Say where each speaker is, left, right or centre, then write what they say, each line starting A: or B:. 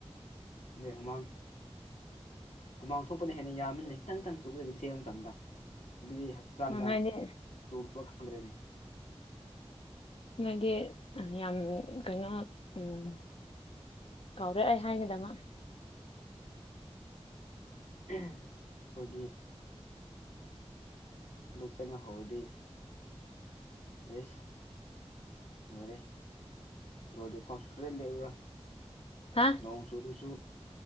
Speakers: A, on the left; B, on the left.
A: ꯅꯦ ꯍꯨꯃꯥꯡ ꯍꯨꯃꯥꯡ ꯊꯣꯛꯄꯅ ꯍꯦꯟꯅ ꯌꯥꯝꯃꯤꯟꯅꯦ ꯇꯪ ꯇꯪ ꯆꯨꯕꯗꯒꯤ ꯆꯦ ꯃꯇꯝꯗ ꯑꯗꯨꯗꯤ ꯍꯛ ꯆꯥꯟꯅ
B: ꯅꯣꯏꯗꯤ
A: ꯆꯨꯕ ꯈꯪꯗ꯭ꯔꯦꯅꯦ
B: ꯅꯪꯗꯤ ꯌꯥꯝ ꯀꯩꯅꯣ ꯎꯝ ꯀꯧꯔꯦ ꯑꯩ ꯍꯥꯏꯒꯤꯗꯃꯛ
A: ꯑꯩꯈꯣꯏꯗꯤ ꯑꯗꯨ ꯆꯪꯅ ꯍꯧꯔꯗꯤ ꯌꯦꯁ ꯂꯣꯏꯔꯦ ꯂꯣꯏꯗꯔ꯭ꯤꯐꯧ ꯁꯨꯛꯂꯦꯡ ꯂꯦꯡꯉꯥꯔꯣꯏ
B: ꯍꯥ
A: ꯅꯣꯡ ꯆꯨꯨꯔꯁꯨ